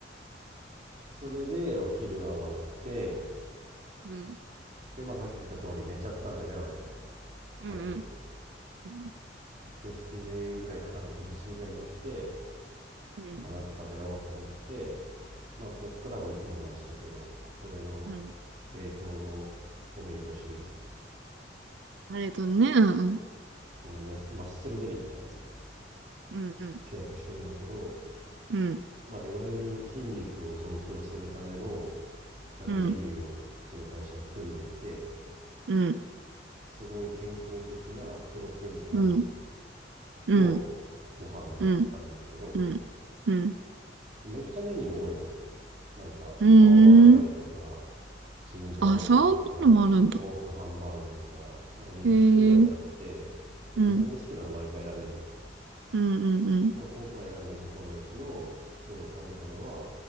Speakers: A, on the right (about 40°); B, on the right (about 70°).
A: それでお昼は終わって
B: うん。
A: でまあさっき言った通り寝ちゃったのよね俺
B: うん、
A: 帰ってきて
B: うん。
A: で7時ぐらいかな6時7時ぐらいに起きて
B: うん、
A: まあなんか食べようと思ってまあこっからもいつもの話だけど俺の
B: うん。
A: 冷凍のお弁当シリーズ
B: あれとね、うん、
A: あのメスマッスルデリってやつ
B: うん、
A: 契約してるんだけど、
B: うん、
A: まあ、いわゆる筋肉を増強するためのなんかメニューをその会社が組んでいて
B: うん、うん、うん、
A: すごい健康的なプロテイン多め
B: うん、うん、
A: のご飯があるんだけど
B: うん、うん、うん、うん。
A: めっちゃメニュー多いのよなんかカオマンガイとか
B: うん
A: チンジャオロースとか豆腐ハンバーグとかなんか20種類あって自分で好きなの毎回選べるんだよ、
B: あ、そんなのもあるんだ。へえ、うん、うん、うん、うん。
A: まあ、今回選んだ5個のうちの今日食べたのは